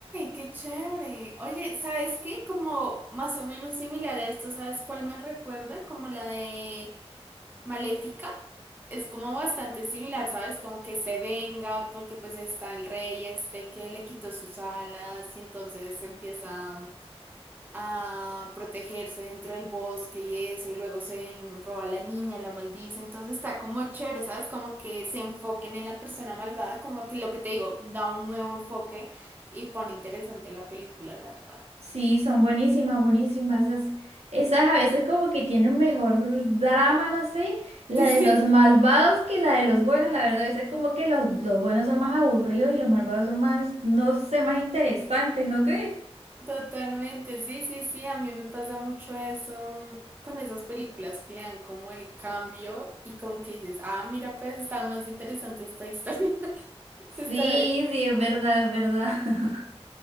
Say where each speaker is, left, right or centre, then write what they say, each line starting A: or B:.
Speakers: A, on the right; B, on the right.
A: qué chévere. Oye, ¿sabes qué? Como más o menos similar a esto, ¿sabes cuál me recuerda? Como la de Maléfica. Es como bastante similar, ¿sabes? Como que se venga porque pues está el rey este que le quitó sus alas y entonces empieza a protegerse dentro del bosque y eso, y luego se roba a la niña, la maldice, entonces está como chévere, ¿sabes? Como que se enfoquen en la persona malvada, como que lo que te digo, da un nuevo enfoque y pone interesante la película, la verdad. <laughs>
B: Sí, son buenísimas, buenísimas. Esas, esas a veces como que tienen mejor drama, no sé, la
A: Sí, sí,
B: de los malvados
A: sí.
B: que la de los buenos. La verdad, a veces como que los, los buenos son más aburridos y los malvados son más, no sé, más interesantes, ¿no crees?
A: Totalmente, sí, sí, sí, a mí me pasa mucho eso mm, con esas películas que le dan como el cambio y como que dices, ah, mira, pues está más interesante esta historia. <laughs>
B: Sí,
A: Está,
B: sí, es verdad, es verdad. <laughs>